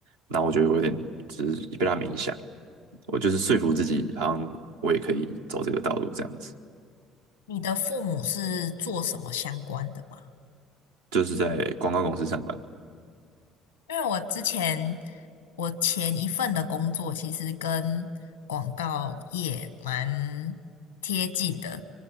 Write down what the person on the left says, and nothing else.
你的父母是做什么相关的吗？
因为我之前我前一份的工作其实跟广告业蛮贴近的，